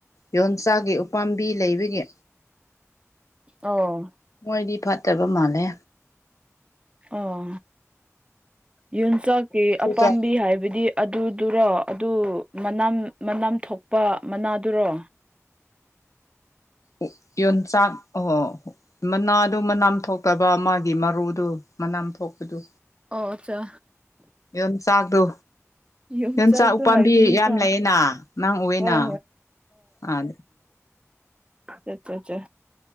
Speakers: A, on the left; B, on the right.
A: ꯌꯣꯟꯆꯥꯛꯒꯤ ꯎꯄꯥꯝꯕꯤ ꯂꯩꯕꯒꯤ
B: ꯑꯧ
A: ꯃꯣꯏꯗꯤ ꯐꯠꯇꯕ ꯃꯥꯜꯂꯦ
B: ꯑꯣ ꯌꯣꯟꯆꯥꯛꯀꯤ
A: ꯆꯨꯖꯥꯛ
B: ꯑꯄꯥꯝꯕꯤ ꯍꯥꯏꯕꯗꯤ ꯑꯗꯨꯗꯨꯔꯣ ꯑꯗꯨ ꯃꯅꯝ ꯃꯅꯝ ꯊꯣꯛꯄ ꯃꯅꯥꯗꯨꯔꯣ?
A: ꯎ ꯌꯣꯟꯆꯥꯛ ꯑꯣ ꯃꯅꯥꯗꯨ ꯃꯅꯥꯝ ꯊꯣꯛꯇꯕ ꯃꯥꯒꯤ ꯃꯔꯨꯗꯨ ꯃꯅꯥꯝ ꯊꯣꯛꯄꯗꯨ
B: ꯑꯣ ꯑꯠꯆꯥ
A: ꯌꯣꯟꯆꯥꯛꯗꯨ
B: ꯌꯣꯡꯆꯥꯛꯁꯨ
A: ꯌꯣꯟꯆꯥꯛ ꯎꯄꯥꯝꯕꯤ
B: ꯍꯥꯏꯕꯅꯤꯀꯣ
A: ꯌꯥꯝ ꯂꯩꯌꯦꯅ ꯅꯪ ꯎꯑꯦꯅ
B: ꯍꯣꯏ
A: ꯑꯥ
B: ꯆꯥ ꯆꯥ ꯆꯥ